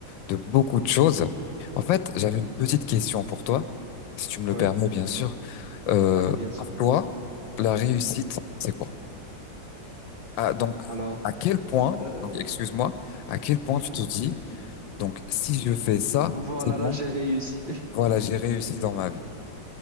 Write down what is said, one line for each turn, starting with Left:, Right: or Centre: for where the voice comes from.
Left: de beaucoup de choses. En fait, j'avais
Right: Mhm.
Left: une petite question pour toi, si tu me le
Right: Ouais.
Left: permets, bien sûr. Euh,
Right: Ah, bien sûr.
Left: pour toi, la réussite, c'est quoi? Ah, donc,
Right: Alors,
Left: à quel point,
Right: euh,
Left: donc excuse-moi, à quel point
Right: mhm.
Left: tu te dis, donc si je fais ça,
Right: Voilà,
Left: c'est
Right: là,
Left: bon
Right: j'ai réussi. <laughs>
Left: Voilà, j'ai réussi dans ma vie.